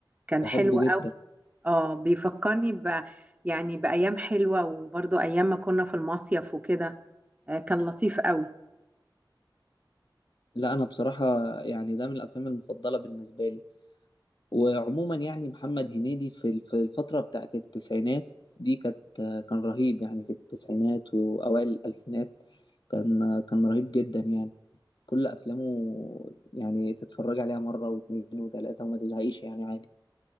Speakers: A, on the right (about 20°); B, on the left (about 60°).
A: كان
B: بحبه
A: حلو قوي
B: جدا
A: اه بيفكرني ب يعني بأيام حلوة وبرضو أيام ما كنا في المصيف وكده آه، كان لطيف قوي
B: لا انا بصراحة يعني ده من الافلام المفضلة بالنسبة لي وعموما يعني محمد هنيدي في ال- في الفترة بتاعت التسعينات دي كانت كان رهيب يعني في التسعينات واوائل الالفينات كان كان رهيب جدا يعني كل افلامه يعني تتفرج عليها مرة واثنين وثلاثة وما تزهقيش يعني عادي